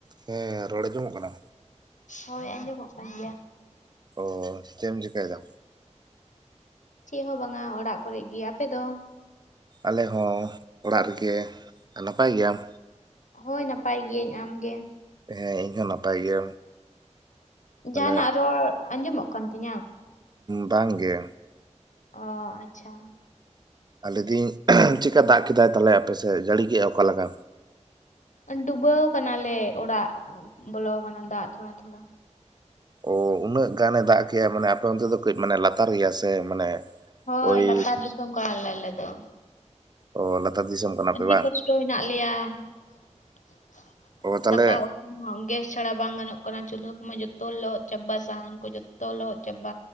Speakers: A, on the right; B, on the left.
A: ᱦᱮᱸ ᱨᱚᱲ ᱟᱸᱡᱚᱢᱚᱜ ᱠᱟᱱᱟ?
B: ᱦᱳᱭ ᱟᱸᱡᱚᱢᱚᱜ ᱠᱟᱱ ᱜᱮᱭᱟ ᱾
A: ᱚ ᱪᱮᱫ ᱮᱢ ᱪᱮᱠᱟᱭ ᱫᱟ?
B: ᱪᱮᱫ ᱦᱚᱸ ᱵᱟᱝᱟ ᱚᱲᱟᱜ ᱠᱚᱨᱮᱜ ᱜᱮ, ᱟᱯᱮ ᱫᱚ?
A: ᱟᱞᱮ ᱦᱚᱸ ᱚᱲᱟᱜ ᱨᱮᱜᱮ, ᱱᱟᱯᱟᱭ ᱜᱮᱭᱟᱢ?
B: ᱦᱳᱭ ᱱᱟᱯᱟᱭ ᱜᱤᱭᱟᱹᱧ, ᱟᱢᱜᱮ?
A: ᱦᱮᱸ ᱤᱧ ᱦᱚᱸ ᱱᱟᱯᱟᱭ ᱜᱮ᱾ ᱛᱟᱦᱞᱮ
B: ᱡᱟᱦᱟᱸᱱᱟᱜ ᱨᱚᱲ ᱟᱸᱡᱚᱢᱚᱜ ᱠᱟᱱ ᱛᱤᱧᱟᱹ?
A: ᱵᱟᱝ ᱜᱮ᱾
B: ᱚᱻ ᱟᱪᱪᱷᱟ᱾
A: ᱞᱟᱹᱭ ᱫᱤᱧ ᱪᱮᱠᱟ ᱫᱟᱜ ᱠᱮᱫᱟᱭ ᱛᱟᱞᱦᱮ ᱟᱯᱮ ᱥᱮᱫ ᱡᱟᱹᱲᱤ ᱠᱮᱜ-ᱟᱭ ᱚᱠᱟ ᱞᱮᱠᱟ?
B: ᱰᱩᱵᱟᱹᱣ ᱠᱟᱱᱟ ᱞᱮ ᱚᱲᱟᱜ ᱵᱚᱞᱚᱣ ᱟᱠᱟᱱᱟ ᱫᱟᱜ ᱛᱷᱚᱲᱟ ᱛᱷᱚᱲᱟ᱾
A: ᱚ ᱩᱱᱟᱹᱜ ᱜᱟᱱᱮ ᱫᱟᱜ ᱠᱮᱜ-ᱟ ᱢᱟᱱᱮ ᱟᱯᱮ ᱚᱱᱛᱮ ᱫᱚ ᱠᱟᱹᱡ ᱢᱟᱱᱮ ᱞᱟᱛᱟᱨ ᱜᱮᱭᱟ ᱥᱮ ᱢᱟᱱᱮ
B: ᱦᱳᱭ
A: ᱳᱭ
B: ᱞᱟᱛᱟᱨ ᱫᱤᱥᱚᱢ ᱠᱟᱱᱟ ᱞᱮ ᱟᱞᱮ ᱫᱚ ᱾
A: ᱚᱻ ᱞᱟᱛᱟᱨ ᱫᱤᱥᱚᱢ ᱠᱟᱱᱟ
B: ᱟᱹᱰᱤ
A: ᱯᱮ ᱵᱟᱝ
B: ᱠᱚᱥᱴᱚ ᱦᱮᱱᱟᱜ ᱞᱮᱭᱟ ᱾
A: ᱚ
B: <inaudible>
A: ᱛᱟᱦᱞᱮ
B: ᱫᱟᱠᱟ ᱜᱮᱥ ᱪᱷᱟᱲᱟ ᱵᱟᱝ ᱜᱟᱱᱚᱜ ᱠᱟᱱᱟ, ᱪᱩᱞᱦᱟᱹ ᱠᱚᱢᱟ ᱡᱚᱛᱚ ᱞᱚᱦᱚᱫ ᱪᱟᱵᱟ ᱥᱟᱦᱟᱱ ᱠᱚ ᱡᱚᱛᱚ ᱞᱚᱦᱚᱫ ᱪᱟᱵᱟ᱾